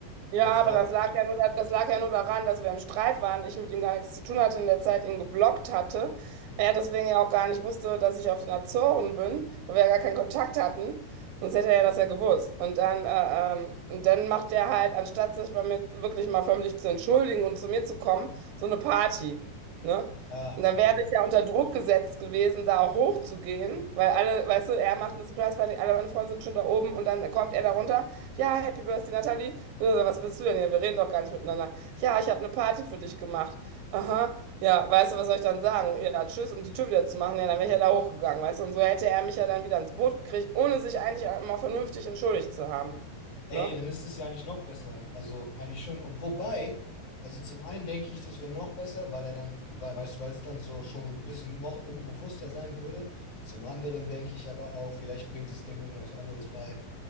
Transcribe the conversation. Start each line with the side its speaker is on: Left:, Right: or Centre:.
Right: Ja,
Left: Und der Frage,
Right: aber das lag ja nur, da- das lag ja nur daran, dass wir im Streit waren, ich mit ihm gar nichts zu tun hatte, in der Zeit ihn geblockt hatte.
Left: mhm.
Right: Er deswegen ja auch gar nicht wusste, dass ich auf den Azoren bin, weil wir ja gar keinen Kontakt hatten. Sonst hätte er ja das ja gewusst. Und dann, äh, ähm, und dann macht er halt, anstatt sich bei mir wirklich mal förmlich zu entschuldigen und zu mir zu kommen, so eine Party. Ne?
Left: ah,
Right: Und dann
Left: ja,
Right: wäre ich ja unter Druck gesetzt gewesen, da auch hochzugehen, weil alle, weißt du, er macht eine Surprise-Party, alle meine Freunde sind schon da oben und dann kommt er da runter. Ja, Happy Birthday, Natalie. Ich so, Was willst du denn hier? Wir reden doch gar nicht miteinander. Ja, ich habe eine Party für dich gemacht. Aha, ja, weißt du, was soll ich dann sagen? Ja, tschüss und die Tür wieder zu machen. Ja, dann wäre ich ja da hochgegangen, weißt du? Und so hätte er mich ja dann wieder ins Boot gekriegt, ohne sich eigentlich mal vernünftig entschuldigt zu haben.
Left: Ey,
Right: Ne?
Left: dann ist es ja eigentlich noch besser. Also eigentlich schon. Ob- Wobei, also zum einen denke ich, das wäre noch besser, weil er dann, weil, weißt du, weil es dann so schon ein bisschen noch unbewusster sein würde. Zum anderen denke ich aber auch, vielleicht bringt es dem irgendwas anderes bei.